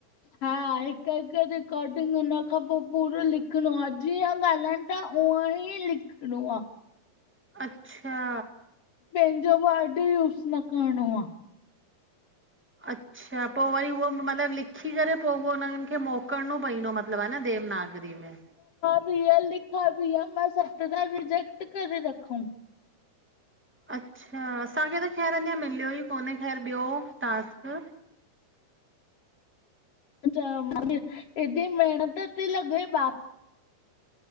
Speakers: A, on the left; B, in the centre.
A: हा हिक -हिक रिकॉर्डिंग हुन खां पो पूरो लिखिणो आ, जीअं ॻाल्हाइन त ऊहंईं लिखणो आ।
B: अच्छा
A: पंहिंजो वर्ड यूस न करणो आ।
B: अच्छा पो वरी उहो मतलब लिखी करे पो उहो उन्हि खे मोक करणों पईंदो मतलब हा न देवनागरी में।
A: <unintelligible> लिखल भी आ मां सतरां रिजक्ट करे रखऊं।
B: अच्छा असांखे त ख़ैर अञा मिलियो ही कोन्हे ख़ैर ॿियो टास्क।
A: मा चयोमासि हेॾी मेहनत ती लॻे बाप